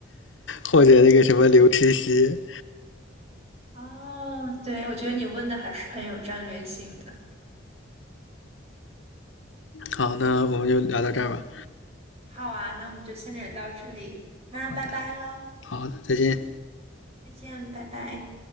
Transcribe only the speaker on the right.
哦，对，我觉得你问的还是很有战略性的。
嗯，好啊，那我们就先聊到这里，那拜拜喽，
再见，拜拜。